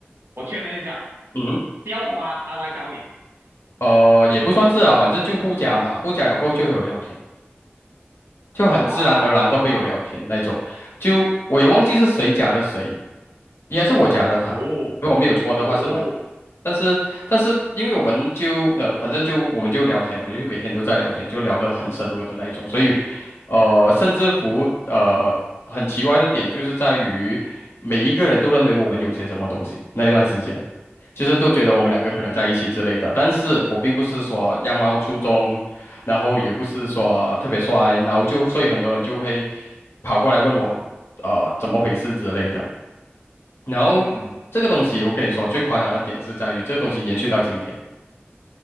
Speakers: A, on the right; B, on the left.
A: 我确认一下，
B: 嗯
A: 校花他来找你
B: 呃也不算是啦，反正就互加嘛，互加了过后就会有聊天。就很自然而然的会有聊天那种。
A: 啊？
B: 就我也忘记是谁加的谁，应该是我加的他，
A: 哦
B: 如果没有错的话是我。
A: 哦
B: 但是，但是，因为我们就呃，反正就我们就聊天，我们就每天都在聊天，就聊得很深入的那一种。所以，呃，甚至乎呃，很奇怪的点就是在于，每一个人都认为我们有些什么东西。那一段时间，就是都觉得我们两个可能在一起之类的。
A: 哦，
B: 但是我并不是说样貌出众，然后也不是说特别帅，然后就所以很多人就会跑过来问我，呃，怎么回事之类的。然后这个东西，
A: 嗯嗯
B: 我跟你说，最夸张的点是在于这个东西延续到今天，